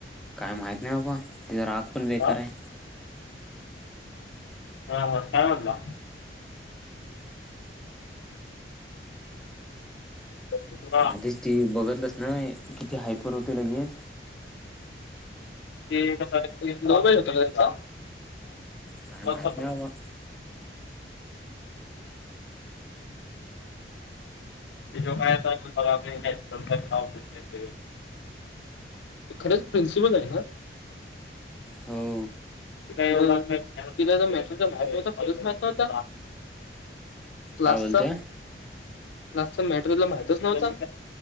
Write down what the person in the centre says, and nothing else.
काय माहित नाही बाबा तचा राग पण बेकार
आहे.
आधीच ती बघितलस ना किती हायपर होते लगेच.
काय माहित
नाही बाबा
हो.
काय बोलतोय